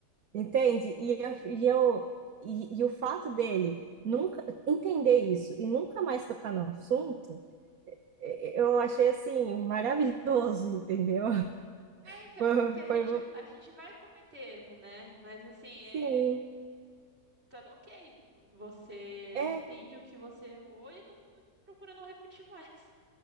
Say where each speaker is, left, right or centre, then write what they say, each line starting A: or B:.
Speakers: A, on the right; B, on the right.
A: Entende? E eu, e eu e, e o fato dele nunca entender isso e nunca mais tocar no assunto, eh, eu achei assim maravilhoso, entendeu? <laughs>
B: É, então,
A: Foi,
B: porque a
A: foi
B: gente,
A: mo-
B: a gente vai cometer erro, né? Mas assim,
A: sim,
B: é. Tá, ok, você
A: é,
B: entende o que você errou e não procura não repetir mais.